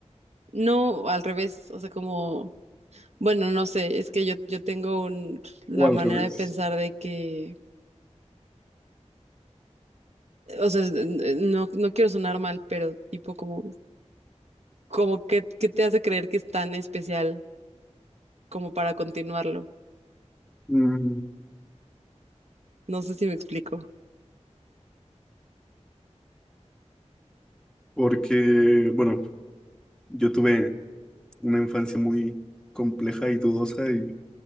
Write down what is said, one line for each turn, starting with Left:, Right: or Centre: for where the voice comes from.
Right: No, al revés, o sea, como, bueno, no sé, es que yo, yo tengo un- la
Centre: o al
Right: manera
Centre: revés.
Right: de pensar de que, o sea, es- n- no, no quiero sonar mal, pero tipo como como que, qué te hace creer que es tan especial como para continuarlo.
Centre: Mm,
Right: No sé si me explico.
Centre: porque, bueno, yo tuve una infancia muy compleja y dudosa y